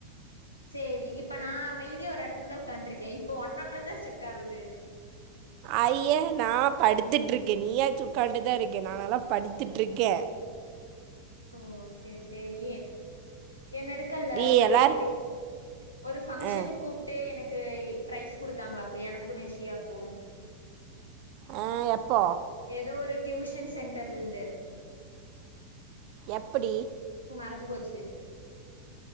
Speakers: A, on the left; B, on the right.
A: சேரி இப்ப நா அமைதியா ஒரு எடத்துலதா உக்காண்டுருக்க இப்ப உன்னாலதா ஸ்ட்ரக் ஆகுது
B: ஐய்ய நா படுத்துட்டு இருக்க நீயாச்சு உக்காண்டுதா இருக்க நா எல்லா படுத்துட்டு இருக்க
A: ஓ சேரி சேரி என்ன இருக்கல்ல
B: நீ
A: ஒரு
B: எல்லார்
A: இது ஒரு ஃபங்க்ஷனுக்கு
B: ஆ
A: கூப்ட்டு எனக்கு க்கு பிரைஸ் குடுத்தாங்களாக்கு எனக்கு நிஷியாக்கு
B: ஆ, எப்போ
A: எதோ ஒரு டியூஷன் சென்டர்ல இருந்து
B: எப்படி
A: றந்து போச்சு